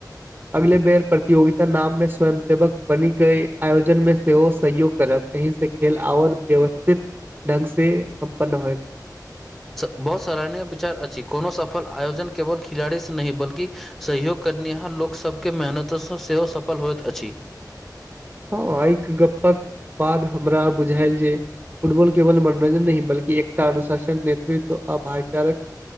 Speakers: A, on the right; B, in the centre.
A: अगले बेर प्रतियोगिता नाम मे स्वयं सेवक बनी कई आयोजन मे सेहो सहयोग करब एहिसँ खेल आओर व्यवस्थित ढंग से सम्पन्न होयत
B: बहुत सराहनीय विचार अछि कोनो सफल आयोजन केवल खिलाड़ी से नहि बल्कि सहयोग करनिहाँ लोक सबके मेहनतसँ सेहो सफल होइत अछि
A: हँ एक गप्पक बाद हमरा बुझायल जे फुटबॉल केवल मनोरंञ्जन नहि बल्क एकटा अनुशासन नेतृत्व अ भाचारक